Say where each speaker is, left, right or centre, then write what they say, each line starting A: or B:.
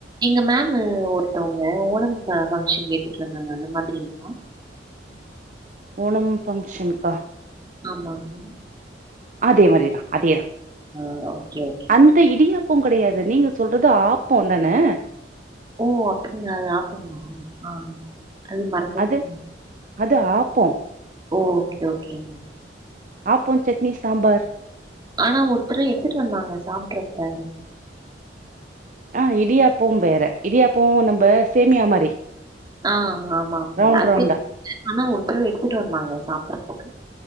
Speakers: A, on the right (about 25°); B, on the right (about 45°).
A: எங்க மேம் ஒருத்தவங்க ஓணம் பா பங்க்ஷன் எடுத்துட்டு வந்தாங்க அந்த மாதிரிங்ளா
B: ஓணம் ஃபங்க்ஷன்க்கா
A: ஆமாங்க
B: அதே மாரியேதா அதேதா
A: ஆ ஓகே, ஓகே.
B: அந்த இடியாப் போ கெடையாது நீங்க சொல்றது ஆப்போந் தானே
A: ஓ அப்டியா அது ஆப்பம்மா ஆன் அது மறந்தே
B: அது
A: போச்சு
B: அது ஆப்போ
A: ஓ ஓக்கே ஓக்கே
B: ஆப்போ சட்னி சாம்பார்
A: ஆனா ஒருத்தரு எடுத்துட்டு வந்தாங்க சாப்ட்ருப்ப
B: ஆ இடியாப்போம் வேற இடியாப்போ நம்ப சேமியா மாரி
A: ஆ ஆமாங்க
B: ரவுண்ட்
A: அ
B: ரவுண்டா.
A: ஆனா ஒருத்தடவ எடுத்துட்டு வந்தாங்க சாப்பற்துக்கு